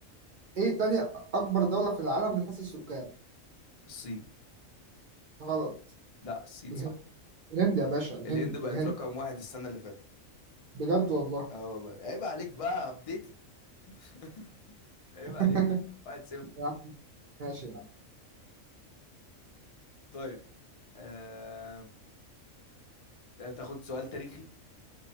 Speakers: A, on the right; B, on the left.
A: ايه تاني اكبر دوله في العالم من حيث السكان
B: الصين
A: غلط
B: لا الصين
A: الهند
B: صح
A: الهند يا باشا الهند
B: الهند بقت
A: الهند
B: رقم واحد السنة اللي فاتت
A: بجد والله
B: اه والله عيب عليك بقى ابديتد <laughs> عيب
A: <laughs>
B: عليك واحد صفر
A: يا عم، ماشي
B: طيب آه... تاخد سؤال تاريخي